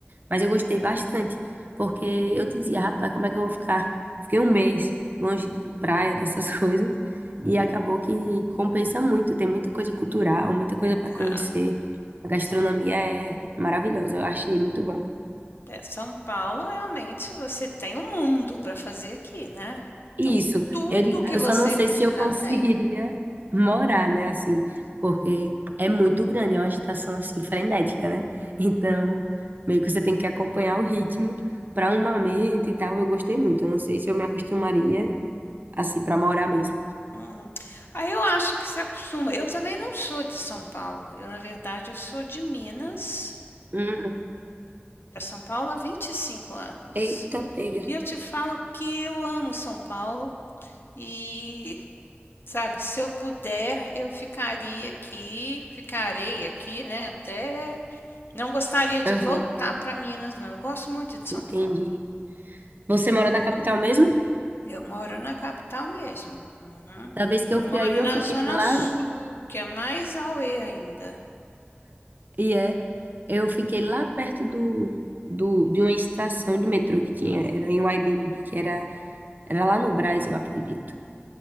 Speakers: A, on the right (about 50°); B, on the left (about 65°).
A: Mas eu gostei bastante, porque eu dizia, rapaz, como é que eu vou ficar? Fiquei um mês longe de praia, dessas <laughs> coisas, e acabou que compensa muito, tem muita coisa cultural, muita coisa para
B: ah,
A: conhecer. A gastronomia
B: São,
A: é maravilhosa, eu achei muito bom.
B: é, São Paulo, realmente, você tem um mundo para fazer aqui, né? Então,
A: Isso,
B: tudo
A: eu, digo-
B: que
A: eu
B: você
A: só não sei
B: imaginar
A: se eu conseguiria
B: tem.
A: morar, né, assim, porque é muito grande, é uma agitação, assim, frenética, né? Então, meio que você tem que acompanhar o ritmo para um momento e tal. Eu gostei muito, eu não sei se eu me acostumaria, assim, para morar mesmo.
B: Hum. Aí eu acho que se acostuma. Eu também não sou de São Paulo. Eu, na verdade, eu sou de Minas,
A: Hum,
B: para São Paulo há vinte e cinco anos.
A: Eita, pega.
B: E eu te falo que eu amo São Paulo e Sabe, se eu puder, eu ficaria aqui, ficarei aqui, né, até não gostaria de
A: aham,
B: voltar para Minas não, eu gosto muito de São
A: entendi.
B: Paulo.
A: Você mora na capital mesmo?
B: Eu moro na capital mesmo. Uhum.
A: Da vez que
B: Eu
A: eu
B: moro
A: fui aí, eu
B: na
A: fiquei
B: zona
A: lá,
B: sul, que é mais auê ainda.
A: e é, eu fiquei lá perto do, do, de uma estação de metrô que tinha, era em um Airbnb, que era Era lá no Brás, eu acredito.